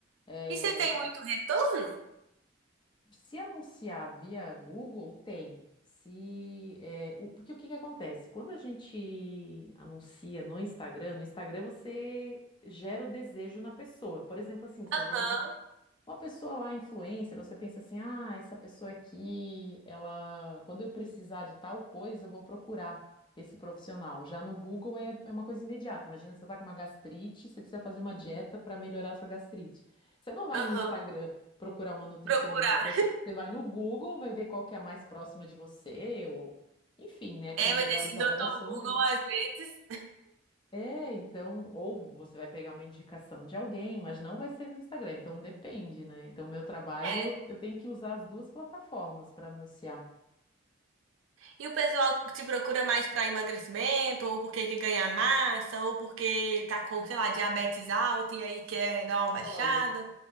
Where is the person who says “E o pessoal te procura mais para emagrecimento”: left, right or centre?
Right